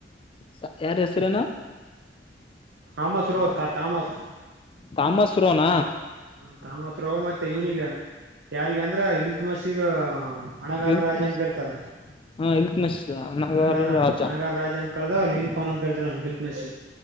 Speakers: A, on the left; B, on the right.
A: ಸ ಯಾರ್ ಹೆಸ್ರೆನ.
B: ಹಾಮಸ್ ರೋತಾ ತಾಮಸ್.
A: ತಾಮಸ್ ರೊನಾ.
B: ಹ ತಾಮಸ್ ರೋ ಮತ್ತೆ ಇವ್ನಿಗ ಯಾರಿಗ್ ಅಂದ್ರ ಇಲ್ ತಮಸ್ಗ. ಹಣೆಗಾರ್
A: ಇಲ್ತ್
B: ರಾಜ
A: ಮಸ್
B: ಅಂತ ಕರಿತಾರ.
A: ಹಾ ಇಲ್ತ್ ಮಸ್ ಅಣಗಾರ
B: ಹಣಗಾರ
A: ರಾಜ
B: ಅಣಗಾರ ರಾಜ ಅಂತ ಕಳ್ದ್ ಲೀನ್ ಫೋನ್ ಅಂತ್ ಕರೀತಾನ ಇಲ್ತ್ಮಿಷ.